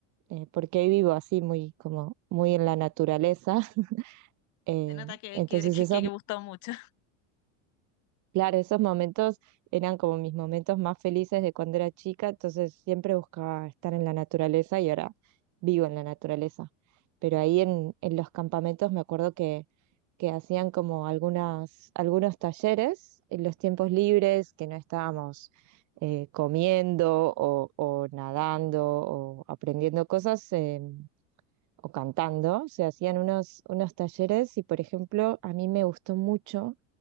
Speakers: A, on the right; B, on the left.
A: eh, porque hoy vivo así muy como muy en la naturaleza, <laughs> eh,
B: Se nota que,
A: entonces
B: que, que,
A: esos
B: que gustó mucho,
A: Claro, esos momentos eran como mis momentos más felices de cuando era chica, entonces siempre buscaba estar en la naturaleza y ahora vivo en la naturaleza. Pero ahí en, en los campamentos me acuerdo que, que hacían como algunas, algunos talleres en los tiempos libres que no estábamos eh, comiendo o, o nadando o aprendiendo cosas eh, o cantando. Se hacían unos, unos talleres y, por ejemplo, a mí me gustó mucho